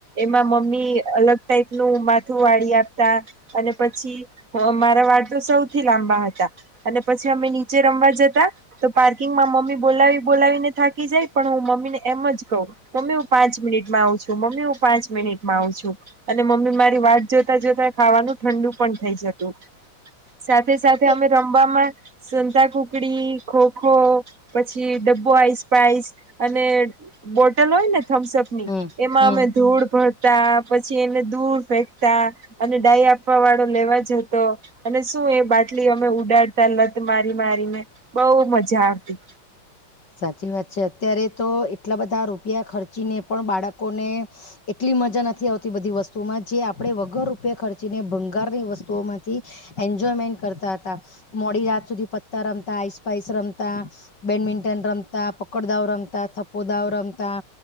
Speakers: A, on the right; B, on the left.
A: એમાં મમ્મી અલગ ટાઈપ નું માથું વાળી આપતા અને પછી મારા વાળ તો સૌથી લાંબા હતા અને પછી અમે નીચે રમવા જતા તો પાર્કિંગમાં મમ્મી બોલાવી બોલાવીને થાકી જાય પણ હું મમ્મીને એમ જ કહું મમ્મી હું પાંચ મિનિટમાં આવું છું મમ્મી હું પાંચ મિનિટમાં આવ છું. અને મમ્મી મારી વાત જોતા જોતા ખાવાનું ઠંડુ પણ થઈ જતું. સાથે સાથે
B: એ
A: અમે રમવામાં સંતા કુકડી ખોખો પછી ડબ્બો આઈસ પાઇસ અને બોટલ હોય ને થમ્સઅપની
B: હમ
A: એમાં
B: હમ
A: અમે ધૂળ ભરતા. પછી એને દૂર ફેંકતા અને ડાય આપવા વાળો લેવા જ હતો અને શું એ બાટલી અમે ઉડાડતા લત મારી મારીને બહુ મજા આવતી.
B: સાચી વાત છે અત્યારે તો એટલા બધા રૂપિયા ખર્ચીને પણ બાળકોને એટલી મજા નથી આવતી બધી વસ્તુમાં જે આપડણે વગર રૂપિયા ખર્ચીને ભંગારની વસ્તુઓ માંથી એન્જોયમેન્ટ કરતા હતા મોડી રાત સુધી પત્તા રમતા આઈસપાઈસ રમતા બેડમિન્ ટન રમતા પકડદાઓ રમતા થપોદાઓ રમતા